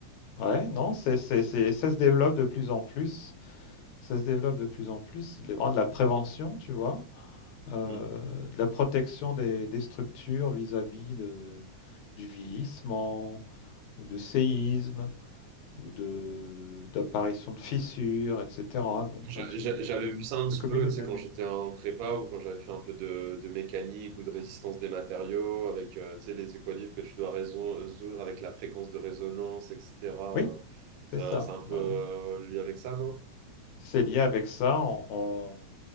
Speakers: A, on the left (about 75°); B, on the right (about 75°).
A: Ouais, non, c'est c'est c'est ça se développe de plus en plus. Ça se développe de plus en plus. Les vraiment de la prévention, tu vois. euh,
B: Hmm.
A: de la protection des, des structures vis-à-vis de, du vieillissement ou de séisme ou de d'apparition de fissures, etc. Donc,
B: J'a-
A: bah, tu,
B: j'a- J'avais vu ça un
A: tu
B: petit
A: accumules
B: peu,
A: les
B: tu
A: données.
B: sais, quand j'étais en prépa ou quand j'avais fait un peu de, de mécanique ou de résistance des matériaux avec, euh, tu sais, les équilibres que tu dois raison- résoudre avec la fréquence de résonance, etc.
A: Oui,
B: Ça,
A: c'est ça.
B: c'est un peu
A: Bah
B: euh,
A: ouais.
B: lié avec ça, non?
A: C'est lié avec ça. On, on-